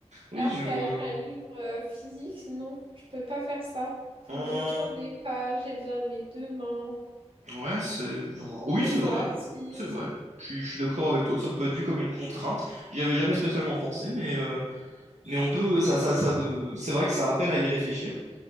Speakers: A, on the right; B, on the right.
A: Oui,
B: Alors
A: je
B: qu'avec
A: vois.
B: un livre euh, physique, non, je peux pas faire ça. Faut
A: Hum,
B: que je tourne les pages, j'ai besoin de mes deux mains,
A: ouais, c'est vrai.
B: faut
A: Oui,
B: que je
A: c'est
B: sois
A: vrai.
B: assise.
A: C'est vrai. Je suis, je suis d'accord avec toi, ça peut être vu comme une contrainte. J'y avais jamais spécialement pensé, mais, euh, mais on peut, ça, ça, ça de- c'est vrai que ça appelle à y réfléchir.